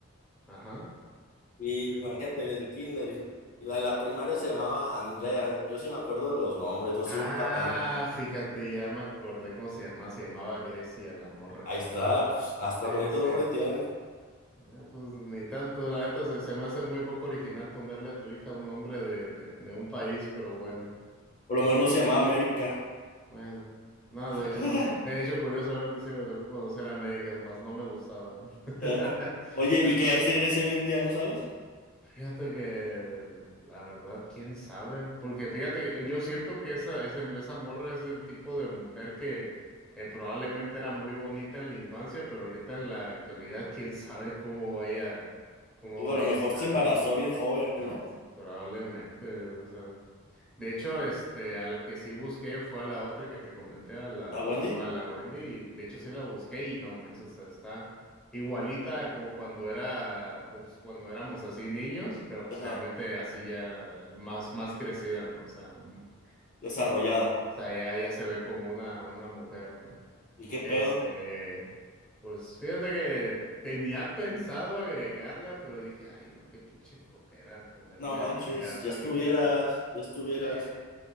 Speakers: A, in the centre; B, on the left.
A: ajá.
B: Y imagínate, del kinder. Y, y la de la primaria se llamaba Andrea. Yo sí me acuerdo de los nombres, no soy
A: Ah,
B: un patán.
A: fíjate, ya me acordé cómo se llamaba, se llamaba Grecia la morra.
B: Ahí está, pues hasta
A: Sí,
B: bonito
A: sí.
B: nombre tiene.
A: Ah, pues ni tanto, la neta se, se me hace muy poco original ponerle a tu hija un nombre de, de, de un país, pero bueno,
B: Por lo menos no se llamaba América.
A: bueno. No,
B: <laughs>
A: de hecho, sí- de hecho, curiosamente sí me tocó conocer Américas, más no me gustaban. <laughs>
B: Eh, o- oye, ¿y qué hay de Grecia hoy en día, no sabes?
A: Fíjate que la verdad, quién sabe, porque fíjate, que yo siento que esa, esa, esa morra es del tipo de mujer que eh, probablemente era muy bonita en la infancia, pero ahorita en la actualidad, quién sabe cómo vaya, cómo
B: O a
A: vaya
B: lo mejor
A: a estar,
B: se embarazó
A: ¿no?
B: bien joven,
A: Ah,
B: ¿no?
A: probablemente, o sea. De hecho, este, a la que sí busqué fue a la otra que te comenté, a la,
B: La Wendy.
A: a la, a la Wendy, y de hecho sí la busqué y no manches, o sea, está igualita como cuando era, pues, cuando éramos así niños, pero pues
B: Ajá,
A: obviamente así ya más, más crecida, ¿no? O sea, mm,
B: desarrollada.
A: ah, o sea, ya, ya se ve como una, una mujer, ¿no?
B: ¿Y qué pedo?
A: Este, pues fíjate que tenía pensado agregarla, pero dije, ay, no, qué pinche flojera ponerme
B: No manches,
A: a, ahí a platicar.
B: ya estuvieras, ya estuvieras.
A: Eh,